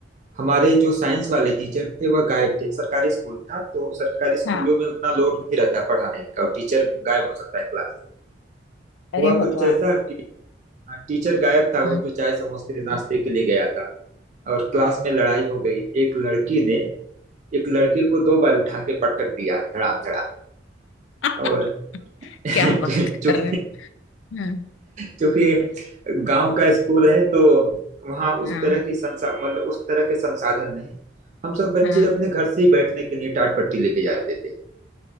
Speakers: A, on the right; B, on the left.
A: हमारे जो साइंस वाले टीचर थे वह गायब थे सरकारी स्कूल था तो सरकारी स्कूलों
B: हाँ
A: में उतना लोड नहीं रहता पढ़ाने का और टीचर गायब हो सकता है क्लास से
B: अरे
A: हुआ
B: भगवान
A: कुछ ऐसा कि अ, टीचर गायब था
B: हम्म
A: वो तो चाय समोसे नाश्ते
B: हम्म
A: के लिए गया था और क्लास में लड़ाई हो गई एक लड़की ने एक लड़के को दो बार उठा के पटक दिया धड़ाम धड़ाम
B: हम्म।
A: और <laughs> चुप
B: क्या बात कर रहे हैं हाँ
A: क्योंकि गांव का स्कूल है तो वहाँ
B: हाँ
A: उस तरह की संसा मतलब उस तरह के संसाधन नहीं हम सब बच्चे
B: हाँ
A: अपने घर से ही बैठने के लिए टाट पट्टी लेके जाते थे